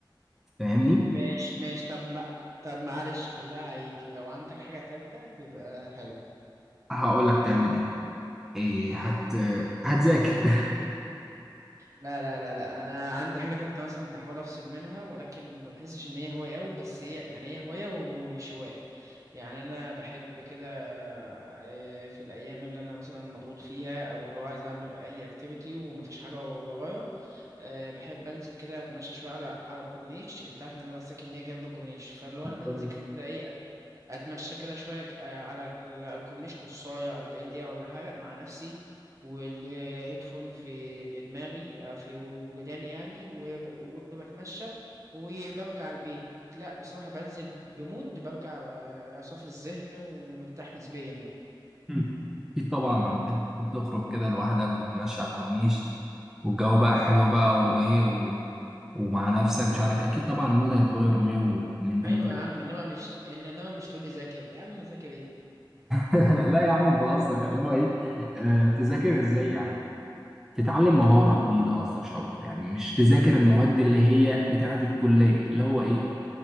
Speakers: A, in the centre; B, on the right (about 40°).
A: فاهمني
B: ماشي ماشي طب ما طب معلش خليها عليك لو عندك حاجه تالتة تبقى حلو
A: هقول لك تعمل ايه ايه هت هتذاكر
B: لا لا لا لا انا عندي حاجه تالتة مثلا بحاول افصل منها ولكن ما بحسش ان هي هوايه قوي بس هي يعني هي هوايه ومش هوايه يعني انا بحب كده آه، في الايام اللي انا مثلا مضغوط فيها او اللي هو عايز اعمل اي اكتيفيتي ومفيش حاجه ورايا آه، بحب انزل كده اتمشى شويه على على الكورنيش انت عارف ان انا بقى ساكن هنا جنب الكورنيش فاللي هو
A: <laughs>
B: انا بنزل
A: تمام.
B: كده ايه اتمشى كده شويه ج- آه، على ال- الكورنيش نصايه 40 دقيقه ولا حاجه مع نفسي والهيدفون في دماغي آه، في وداني يعني وب- وبتمشى وبرجع البيت لا بصراحه بنزل بمود برجع آه، صافي الذهن ومرتاح نسبيا يعني
A: مم. في طبعا حتة تخرج كده لوحدك وتمشي على الكورنيش والجو بقى حلو بقى وايه و... ومع نفسك مش عارف إيه. اكيد طبعا المود هيتغير 180 درجة
B: ايوه يا عم انما مش إن- انما مش تقول لي ذاكر يا عم ذاكر ايه
A: <laughs> لا يا عم بهزر يعني اللي هو ايه آه تذاكر ازاي يعني تتعلم مهارة جديدة قصدي مش أكتر يعني مش تذاكر المواد اللي هي بتاعة الكلية اللي هو إيه